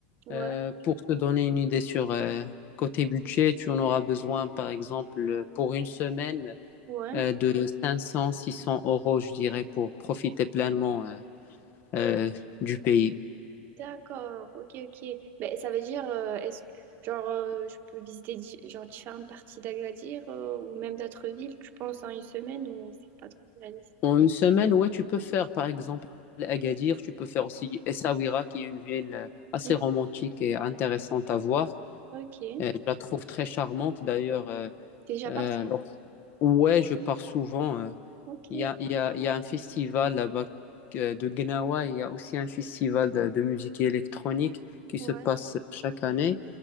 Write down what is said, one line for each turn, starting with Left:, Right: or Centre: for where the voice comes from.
Right: Ouais,
Left: Euh, pour te donner une idée sur euh, côté budget, tu en auras besoin, par exemple, euh, pour une semaine
Right: ouais.
Left: euh, de cinq cents, six cents euros, je dirais, pour profiter pleinement euh, euh, du pays.
Right: D'accord, ok, ok. Mais ça veut dire, euh, est-ce que, genre, euh, je peux visiter di- genre, différentes parties d'Agadir euh, ou même d'autres villes, tu penses, en une semaine ou c'est pas trop réaliste?
Left: En une semaine, ouais, tu peux faire par exemple Agadir, tu peux faire aussi Essaouira, qui est une ville euh, assez
Right: Mhm.
Left: romantique et intéressante à voir.
Right: Ok.
Left: Et je la trouve très charmante d'ailleurs. euh,
Right: T'es déjà
Left: euh,
Right: parti?
Left: lors- ouais, je pars souvent. euh.
Right: Ok,
Left: Il y a, il y a, il y a un festival là-bas euh, de Gnawa, il y a aussi un festival de, de musique électronique qui
Right: ouais.
Left: se passe chaque année.